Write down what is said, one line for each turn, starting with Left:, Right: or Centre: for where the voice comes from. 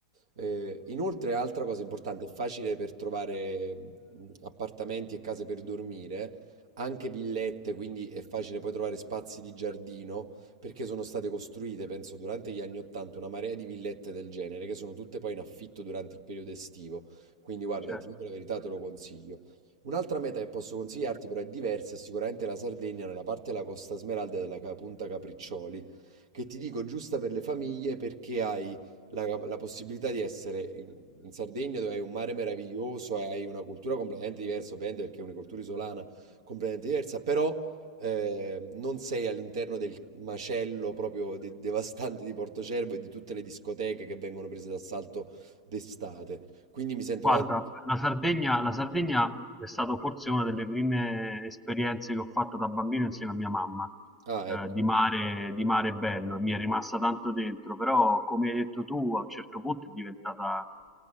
Right: Eh, inoltre, altra cosa importante, è facile per trovare mh, appartamenti e case per dormire, anche villette, quindi è facile poi trovare spazi di giardino, perché sono state costruite, penso, durante gli anni 80 una marea di villette del genere, che sono tutte poi in affitto durante il periodo estivo. Quindi guarda,
Centre: Certo.
Right: ti dico la verità, te lo consiglio. Un'altra meta che posso consigliarti, però è diversa, è sicuramente la Sardegna nella parte della Costa Smeralda della Ca- Punta Capriccioli, che ti dico giusta per le famiglie perché hai la, la possibilità di essere in, in Sardegna dove hai un mare meraviglioso e hai una cultura completamente diversa, ovviamente perché è una cultura isolana completamente diversa, però eh, non sei all'interno del macello proprio de- devastante di Portocervo e di tutte le discoteche che vengono prese d'assalto d'estate. Quindi mi sento
Centre: Guarda,
Right: anche...
Centre: la Sardegna, la Sardegna è stata forse una delle prime esperienze che ho fatto da bambino insieme a mia mamma,
Right: Ah,
Centre: eh,
Right: ecco.
Centre: di mare, di mare bello, e mi è rimasta tanto dentro, però come hai detto tu, a un certo punto è diventata